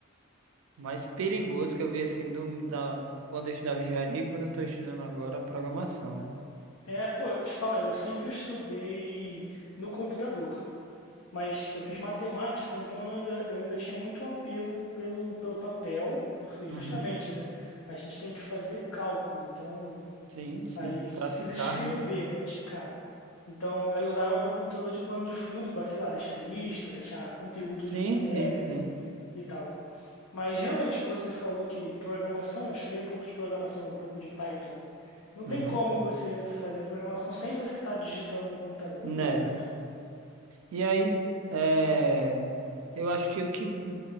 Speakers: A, on the right; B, on the left.
A: mais perigoso que eu vi, assim, do, da, quando eu estudava engenharia e quando eu tô estudando agora programação, né?
B: É, pô, eu te falar, eu sempre estudei no computador, mas eu fiz matemática, então eu ainda, eu ainda tinha muito um apego pelo, pelo papel, porque justamente,
A: Uhum.
B: né, a gente tem que fazer cálculo, então
A: Sim, sim.
B: aí a gente
A: Praticar,
B: precisa escrever,
A: né?
B: praticar. Então eu usava meu computador de plano de fundo para, sei lá, deixar lista, deixar conteúdo
A: Sim,
B: de matéria
A: sim, sim.
B: e tal. Mas realmente o que você falou que programação, eu estudei um pouco de programação, um pouco de Python. Não tem
A: Uhum.
B: como você fazer programação sem você estar digitando no computador,
A: Né?
B: é verdade, né.
A: E aí, é, eu acho que o que,